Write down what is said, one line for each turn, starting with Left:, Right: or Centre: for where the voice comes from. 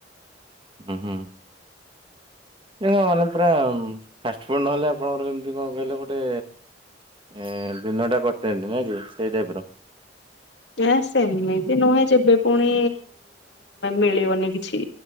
Right: ଉଁ ହୁଁ। ହ ମାନେ ପୁରା ଫାଷ୍ଟ ଫୁଡ ନହେଲେ ଆପଣଙ୍କର ଯେମିତି କଣ କହିଲେ ଗୋଟେ ଏ ଦିନଟା କଟେନି ନା କି ସେଇ ଟାଇପର।
Left: ଏ ସେମିତି ନୁହେଁ ଯେବେ ପୁଣି ମିଳିବନି କିଛି।